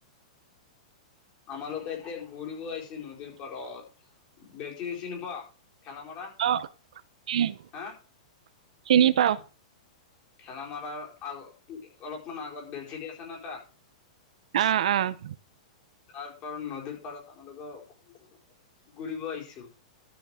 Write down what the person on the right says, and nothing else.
অ উম
চিনি পাওঁ।
অ', অ'।